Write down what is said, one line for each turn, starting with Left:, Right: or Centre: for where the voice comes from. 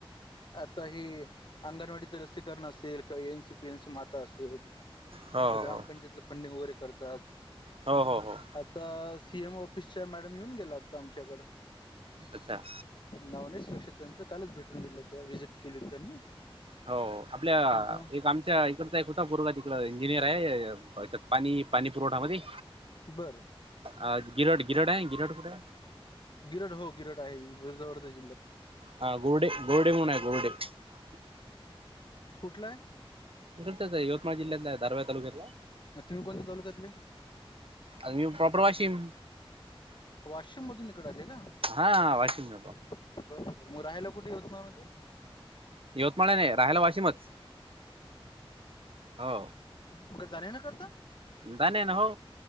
Left: आता ही अंगणवाडीच लसीकरण असेल किंवा A N C P N C मा- र्फत असेल तर,
Right: हो
Left: ग्रामपंचायतला
Right: हो
Left: फंडिंग वगैरे करतात.
Right: हो हो हो
Left: आता सी एम ऑफिसच्या मॅडम येऊन गेला आता आमच्याकडं.
Right: अच्छा.
Left: नाव नाही सुरक्षित त्यांचं, कालच भेटून गेले हो व्हिजिट केली हो त्यांनी.
Right: हो, आपल्या
Left: त्यांचं
Right: एक आमच्या इकडचा एक होता पोरगा तिकड इंजिनियर आहे पाणी- पाणी पुरवठामध्ये,
Left: बरं
Right: अ. गिरड, गिरड आहे गिरट कुठ आहे?
Left: गिरड हो गिरड आहे जव <unintelligible>
Right: ह गोडे गोरडे म्हून आहे गोडडे <unintelligible>
Left: कुठलंय?
Right: <unintelligible> गात यवतमाळ जिल्हात तालुकेला
Left: तुम्ही कोणत्या तालुक्यातले?
Right: आर मी प्रॉपर वाशिम.
Left: वाशिम मधून इकड आले का?
Right: हा वाशिंग
Left: बरोबर मग राहिला कुठे होत म मध्ये
Right: यवतमाळने राहायला वाशिमच हो.
Left: म का जाण ना करता
Right: जाान ना हो.